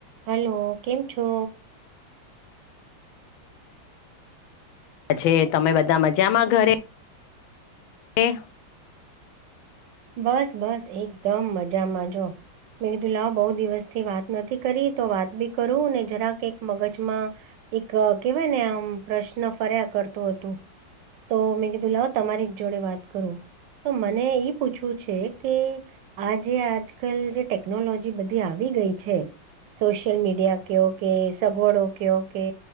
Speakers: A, on the right; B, on the left.
A: Hello, કેમ છો?
B: પછે તમે બધા મજામાં ઘરે. એ
A: બસ, બસ, એકદમ મજામાં જો. મે કીધું લાવ બહુ દિવસ થી વાત નથી કરી, તો વાત બી કરું ને જરાક એક મગજમાં એક કેહેવાય ને આમ પ્રશ્ન ફર્યા કરતો હતો. તો મેં કીધું લાવો તમારી જ જોડે વાત કરું તો મને ઈ. પૂછવું છે કે આ જે આજકાલ જે ટેકનોલોજી બધી આવી ગઈ છે. સોશિયલ મીડિયા ક કે સગવડો ક કે